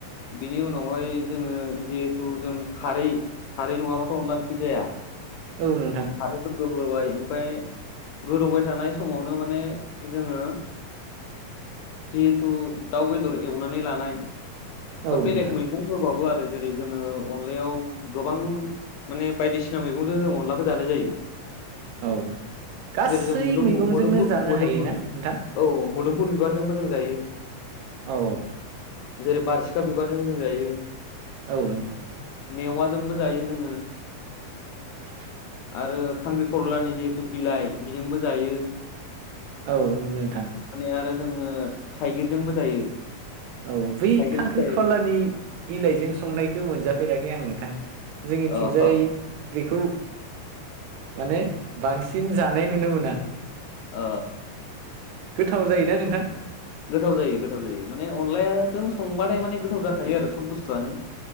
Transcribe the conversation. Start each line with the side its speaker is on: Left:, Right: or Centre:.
Left: बिनि उनावहाय जोङो जिहेथु जों खारै खारै नङाबाथ' अनला ओंख्रि जाया।
Right: औ नोंथां
Left: खारै फोरखौ होबाय। ओमफाय गोदौबाय थानाय समावनो माने जोङो। जिहेथु दाउ बेदर एवनानै लानाय बा
Right: औ
Left: बेलेग
Right: नोंथां
Left: मैगं होबाबो आर‌ जेरै जोङो अनलायाव गोबां माने बायदिसिना मैगं जो जों अनलाखौ जानाय जायो।
Right: औ गासै
Left: जेरै जों मुदुम
Right: मैगंजोंनो
Left: मोदोम
Right: जानो
Left: मुदुफुर
Right: हायोना नोंथां
Left: औ मुद फुल बिबारजोंबो जों जायो।
Right: औ।
Left: जेरै बारसिखा बिबारजों जों जायो।
Right: औ नोथां।
Left: मेवाजोंबो जायो जोङो।
Right: <inaudible>
Left: आरो खांख्रिखरलानि जिहेथु बिलाइ बेजोंबो जायो।
Right: औ औ नोंथां।
Left: माने आरो जोङो थाइगिरजोंबो जायो।
Right: औ बै
Left: थाइगिर
Right: खांख्रिखलानि
Left: फिथाइ
Right: बिलाइजों संनायखौ मोनजाफेराखै आं नोंथां। जोंनिथिंजाय।
Left: अ अ
Right: बेखौ माने बांसिन जानाय नुनो मोना
Left: ओ
Right: गोथाव जायोना नोंथां
Left: गोथाव जायो गोथाव जायो माने अनलाया जों संबाथाय माने गोथाव जाखायो आरो सब बुस्थुआनो